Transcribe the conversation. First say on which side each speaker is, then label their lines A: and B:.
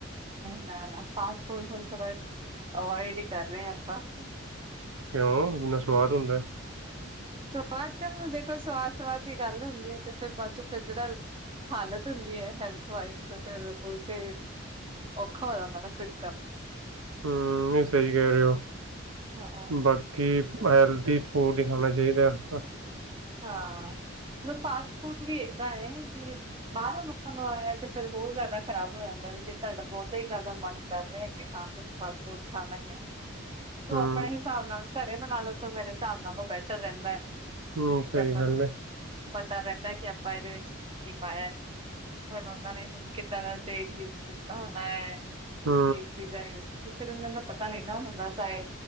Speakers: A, on the right (about 25°); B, on the right (about 85°).
A: ਨਾ- ਨਾ। ਫਾਸਟ-ਫੂਡ ਹੁਣ ਥੋੜਾ ਅਵੋਇਡ ਈ ਕਰ ਰੇ ਆਂ ਆਪਾਂ।
B: ਕਿਉਂ ਇੰਨਾ ਸਵਾਦ ਹੁੰਦੇ।
A: ਸਵਾਦ ਤਾਂ। ਹੁਣ ਦੇਖੋ ਸਵਾਦ-ਸਵਾਦ ਦੀ ਗੱਲ ਹੁੰਦੀ ਏ। ਤੇ ਫਿਰ ਬਾਦ ਚੋਂ ਫਿਰ ਜੇੜਾ ਹਾਲਤ ਹੁੰਦੀ ਹੈ। ਹੈਲਥ ਵਾਈਜ਼ ਤੇ ਫੇਰ ਉਹ ਤੇ ਔਖਾ ਹੋ ਜਾਂਦਾ ਨਾ ਫਿਰ ਕੰਮ।
B: ਹੂ ਇਹ ਸਹੀ ਕਹਿ ਰਹੇ ਹੋ।
A: ਹਾਂ
B: ਬਾਕੀ ਹੈਲਦੀ ਫੂਡ ਹੈ ਖਾਣਾ ਚਾਇਦਾ <unintelligible>
A: ਹਾਂ। ਮਤਲਬ ਫਾਸਟ ਫੂਡ ਵੀ ਏਦਾਂ ਏ ਕਿ ਬਾਹਰੋਂ ਮੰਗਵਾਇਆ। ਤੇ ਫਿਰ ਹੋਰ ਜ਼ਿਆਦਾ ਖ਼ਰਾਬ ਹੋ ਜਾਂਦਾ। ਵੀ ਜੇ ਤੁਹਾਡਾ ਬਹੁਤਾ ਹੀ ਜ਼ਿਆਦਾ ਮਨ ਕਰ ਰਿਹਾ। ਕਿ ਹਾਂ ਕੁੱਛ ਫਾਸਟ-ਫੂਡ ਖਾਣਾ ਈ ਏ
B: ਹਮ
A: ਤੋ ਆਪਣੇ ਹਿਸਾਬ ਨਾਲ। ਘਰੇ ਬਣਾ ਲੋ ਤਾਂ। ਮੇਰੇ ਹਿਸਾਬ ਨਾਲ ਉਹ ਬੈਟਰ ਰਹਿੰਦਾ ਏ।
B: ਹਮ ਸਹੀ
A: ਤੇ ਆਪਾਂ
B: ਗੱਲ
A: ਨੂੰ
B: ਹੈ
A: ਪਤਾ ਰੈਂਦਾ। ਕਿ ਆਪਾਂ ਇਦੇ ਵਿੱਚ ਕੀ ਪਾਇਆ ਏ? ਹੁਣ ਉਨਾਂ ਨੇ। ਹੁਣ ਕਿੱਦਾਂ ਦਾ ਤੇਲ ਯੂਜ ਕੀਤਾ ਹੋਣਾ ਏ।
B: ਹੂ।
A: ਕੀ ਚੀਜ਼ਾਂ ਯੂਜ ਕੀਤੀ। ਫਿਰ ਉਨਾਂ ਦਾ ਪਤਾ ਨੀ ਨਾ ਹੁੰਦਾ ਚਾਹੇ